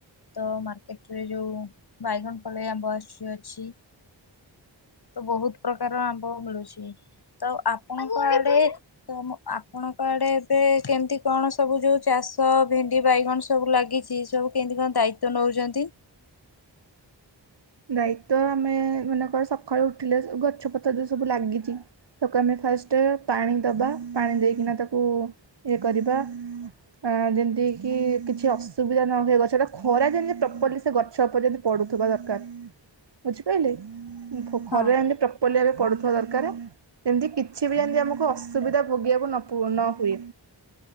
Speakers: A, on the left (about 60°); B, on the right (about 65°).
A: ତ ମାର୍କେଟ ରେ ଯୋଉ ବାଇଗଣ ପଲେଇ ଆମ୍ବ ଆସୁଛି ଅଛି। ତ ବହୁତ ପ୍ରକାର ଆମ୍ବ ମିଳୁଛି। ତ ଆପଣଙ୍କ ଆଡେ ତ ଆପଣଙ୍କ ଆଡ଼େ ଏବେ କେମତି କଣ ସବୁ ଯୋଉ ଚାଷ ଭେଣ୍ଡି ବାଇଗଣ ସବୁ ଲାଗିଛି? ସବୁ କେମିତି କଣ ଦାୟିତ୍ବ ନଉଛନ୍ତି?
B: ଦାୟିତ୍ବ ଆମେ ମନେକର ସକାଳୁ ଉଠିଲେ ଗଛପତ୍ର ଯୋଉ ସବୁ ଲାଗିଛି ତାକୁ ଆମେ ଫାଷ୍ଟ ପାଣି ଦବା, ପାଣି ଦେଇକିନା ତାକୁ ଇଏ କରିବା। ଅ ଯେମିତି କିି କିଛି ଅସୁବିଧା ନ ହୁଏ ଗଛର। ଖରା ଯେମିତି ପ୍ରପରଲି ସେ ଗଛ ଉପରେ ଯେମତି ପଡ଼ୁଥିବା ଦରକାର। ବୁଝିପାଇଲେ? ଖରା
A: ହଁ।
B: ଯେମିତି ପ୍ରପରଲି ପଡୁଥିବା ଦରକାର। ଯେମିତି କିଛି ବି ଯେମିତି ଆମକୁ ଅସୁବିଧା ଭୋଗିବାକୁ ନ ହୁଏ।